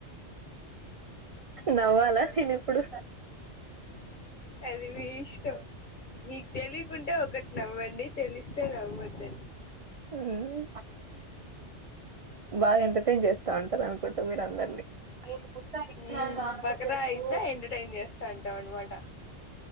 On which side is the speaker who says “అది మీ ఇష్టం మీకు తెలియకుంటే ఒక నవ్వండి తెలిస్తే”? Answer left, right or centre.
Left